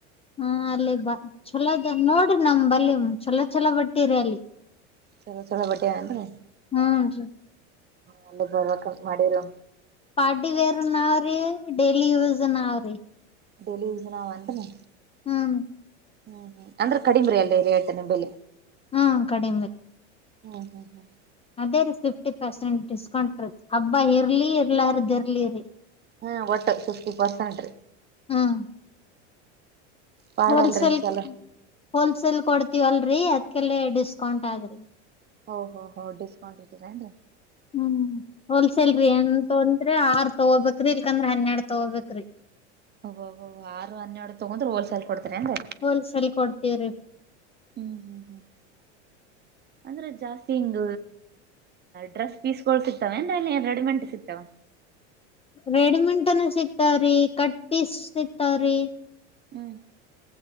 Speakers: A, on the left; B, on the right.
A: ಹಾ ಅಲ್ಲಿ ಬ ಚಲೋದ ನೋಡ್ರಿ ನಮ್ ಬಲಿ ಚಛಲೋ ಚಛಲೋ ಬಟ್ಟಿರಿ ಅಲ್ಲಿ
B: ಚಲೋ ಚಛಲೋ ಬಡ್ಡ ಹ
A: ಹ್ ರೀ
B: ಅಲ್ಲಿ ಹೋಗಬೇಕು ಅಂತ ಮಾಡಿರೋ
A: ಪಾಟಿ ವೇರ್ ನಾವ್ರ ಡೇಯ್ಲಿ ಯೂಸ್ ನಾವ್ರೀ
B: ಡೈಲಿ ಯುಸಿನ ವೆಂಟ್ರಿ
A: ಹ್ಮ್
B: ಹ್ಮ್ ಹ್ಮ್ ಅಂದ್ರ ಕಡಿಮ್ರರಿ ಅಲ್ಲ ರಿ ಹೇಳ್ತನೆಂಬಲೆ
A: ಹಾ ಕಡಿಮೆ
B: ಹ್ಮ್ ಹ್ಮ್ ಹ್ಮ್
A: ಅದೇ ರೀ ಫಿಫ್ಟಿ ಪರ್ಸೆಂಟ್ ಡಿಸ್ಕೌಂಟ್ ರ ಹಬ್ಬಾ ಇರ್ಲಿ ಇರ್ಲಾರದ್ದ ಇರ್ಲಿ ರರಿ
B: ಹ್ಮ ಒಟ್ಟು ಫಿಫ್ಟಿ ಪರ್ಸೆಂಟ್
A: ಹ್ಮ್
B: ಪಾಡಲ್ರಿ
A: ಹೋಲ್ಸೇಲ್
B: ಚಲೋ
A: ಹೋಲ್ಸೇಲ್ ಕೊಡ್ತೀವ ಅಲ್ರರಿ ಅದ್ಕಲ್ಲ ಡಿಸ್ಕೌಂಟ್ ಆದ್ರಿ
B: ಹ ಹ ಹೊ ಡಿಸ್ಕೌಂಟ್ ಇದ್ದೀರ ರೀ
A: ಹ್ಮ್ ಹೋಲ್ಸೇಲ್ ರೀ ಏನ್ ತೊಂದ್ರೆ ಆರ್ ತಗೋಬೇಕ್ರಿ ಇಲ್ಕಂದ್ರ ಹನ್ನೆರಡ್ ತಗೋಬೇಕ್ರಿ
B: ಹೋಗ ಹೋಗಬ ಆರುನ್ನರಡು ತಗೊಂಡ್ರ ಹೋಲ್ಸೇಲ್ ಕೊಡ್ತಾರೆ ಅಂದ್ರೀ
A: ಹೋಲ್ ಸೇಲ್ ಕೊಡ್ತೀವಿ
B: ಹ್ಮ್ ಹ್ಮ್ ಹ್ಮ್ ಅಂದ್ರೆ ಜಾಸ್ತಿ ಹಿಂಗ್ ಡ್ರೆಸ್ ಪೀಸ್ಕಳ್ ಸಿಕ್ತವೆ ಅಂದ್ರೆ ಅಲ್ಲಿಏನ್ ರೆಡಿಮೆಂಟ್ ಸಿಗ್ತಾವ
A: ರೆಡಿಮೇಡ್ ಸಿಕ್ತಾ ಅವರಿಗೆ ಪೀಸ್ ಸಿಕ್ತಾ ಅವ್ರೆ
B: ಹ್ಮ್